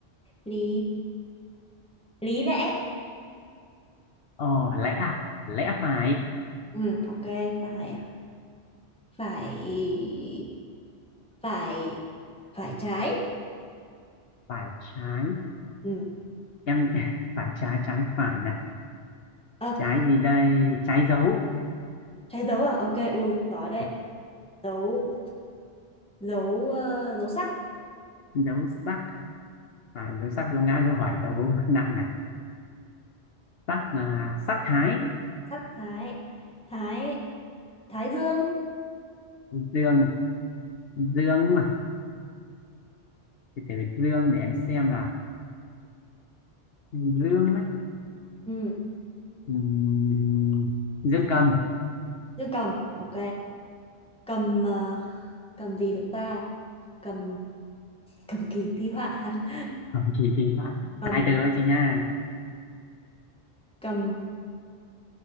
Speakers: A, in the centre; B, on the left.
A: lý lý lẽ
B: ờ lẽ à lẽ phải
A: ừ ok phải à? phải phải phải trái
B: phải trái
A: ừ
B: em <laughs> phải trái trái phải nè
A: ờ
B: trái gì đây trái dấu
A: trái dấu à ok ui giỏi đấy
B: Ờ,
A: dấu dấu ờ, dấu sắc
B: dấu sắc phải dấu sắc dấu ngã dấu hỏi dấu nặng này sắc là sắc thái
A: sắc thái thái thái dương
B: dương dương mà, thì phải dương để em xem là dương á
A: ừ
B: Ừm, dưỡng cầm
A: dương cầm ok cầm ờ, cầm gì được ta cầm cầm kỳ thi họa <laughs>
B: không chỉ thì
A: cầm
B: hai từ thôi chị nha
A: cầm